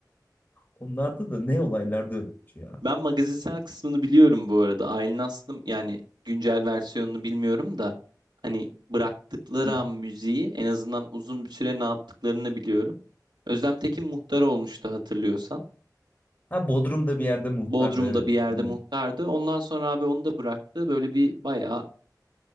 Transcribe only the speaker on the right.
Ben magazinsel kısmını biliyorum bu arada. Aylin Aslım yani güncel versiyonunu bilmiyorum da hani bıraktıkları
an müziği en azından uzun bir süre ne yaptıklarını biliyorum. Özlem Tekin muhtar olmuştu hatırlıyorsan.
Bodrum'da
bir yerde
muhtardı. Ondan sonra abi onu da bıraktı. Böyle bir bayağı